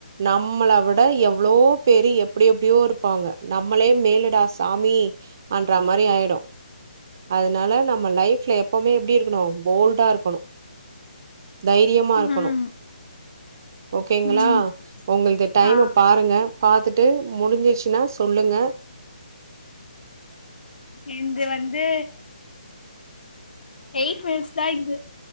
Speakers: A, on the right; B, on the left.
A: நம்மள விட எவ்ளோவோ பேரு எப்டி எப்டியோ இருப்பாங்க நம்மளே மேலுடா சாமி அன்ற மாரி ஆயிடு அதனால நம்ம லைஃப் ப்ல எப்பவுமே எப்டி இருக்கணு போல்டா இருக்கணு தைரியமா இருக்கணு
B: ம்
A: ஓகேங்ளா
B: ம்
A: ஒங்களுக்கு டைம
B: ஆ
A: பாருங்க பாத்துட்டு முடிஞ்சிருச்சுன்னா சொல்லுங்க
B: என்து வந்து எயிட் மினிஸ் தா ஆயிக்குது